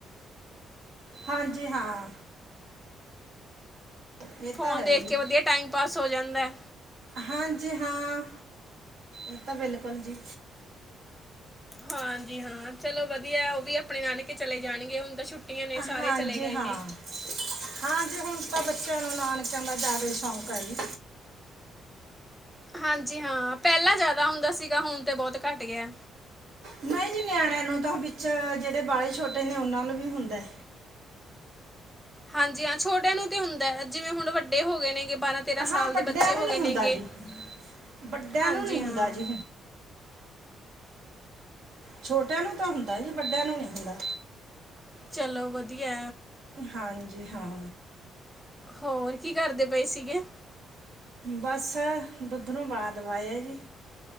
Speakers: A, on the right (about 75°); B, in the centre.
A: ਹਾਂਜੀ ਹਾਂ। ਇਹ
B: ਫ਼ੋਨ
A: ਤਾਂ ਹੈ
B: ਦੇਖ
A: ਜੀ
B: ਕੇ ਵਧੀਆ ਟਾਈਮ ਪਾਸ ਹੋ ਜਾਂਦੈ।
A: ਹਾਂਜੀ ਹਾਂ, ਏਤਾਂ ਬਿਲਕੁਲ ਜੀ।
B: ਹਾਂਜੀ ਹਾਂ ਚਲੋ ਵਧੀਐ ਔ ਵੀ ਅਪਨੇ ਨਾਨਕੇ ਚਲੇ ਜਾਨਗੇ। ਹੁਨ ਤੇ ਛੁੱਟੀ ਆਂ ਨੇ ਸਾਰੇ
A: ਹਾਂਜੀ
B: ਚਲੇ ਗਏ
A: ਹਾਂ
B: ਨੇ।
A: ਹਾਂਜੀ ਹੁਨ ਤਾਂ ਬੱਚੇਆਂ ਨੂੰ ਨਾਨਕੇਆਂ ਦਾ ਜਾਦਾ ਈ ਸ਼ੌਕ ਐ ਜੀ।
B: ਹਾਂਜੀ ਹਾਂ ਪੈਲਾਂ ਜਾਦਾ ਹੁੰਦਾ ਸੀਗਾ ਹੁਨ ਤੇ ਬੋਤ ਘੱਟ ਗਿਐ।
A: ਨਈ ਜੀ ਨਿਆਣੇਆਂ ਨੂੰ ਤਾਂ ਵਿੱਚ ਜੇੜੈ ਬਾੜੇ ਛੋਟੇ ਨੇ ਔਨਾਂ ਨੂੰ ਵੀ ਹੁੰਦਾ ਐ।
B: ਹਾਂਜੀ ਹਾਂ ਛੋਟਿਆਂ ਨੂੰ ਤੇ ਹੁੰਦਾ ਐ ਜਿਵੇਂ ਹੁਨ ਵੱਡੇ ਹੋਗੇ ਨੇ ਗੇ ਬਾਰਾਂ ਤੇਰਾਂ ਸਾਲ
A: ਹਾਂ ਵੱਡਿਆਂ
B: ਦੇ ਬੱਚੇ
A: ਨੂੰ
B: ਹੋਗੇ
A: ਨਹੀਂ ਹੁੰਦਾ
B: ਨੇਗੇ
A: ਜੀ ਵੱਡਿਆਂ
B: ਹਾਂਜੀ
A: ਨੂੰ ਨਹੀਂ ਹੁੰਦਾ
B: ਹਾਂ।
A: ਜੀ ਛੋਟੇਆਂ ਨੂੰ ਤਾਂ ਹੁੰਦਾ ਜੀ ਵੱਡੇਆਂ ਨੂੰ ਨੀ ਹੁੰਦਾ।
B: ਚਲੋ ਵਧੀਐ।
A: ਹਾਂਜੀ ਹਾਂ।
B: ਹੋਰ ਕੀ ਕਰਦੇ ਪਏ ਸੀਗੇ?
A: ਬਸ ਦੁੱਧ ਨੂੰ ਬਾਲਾ ਦਵਾਏਆ ਜੀ।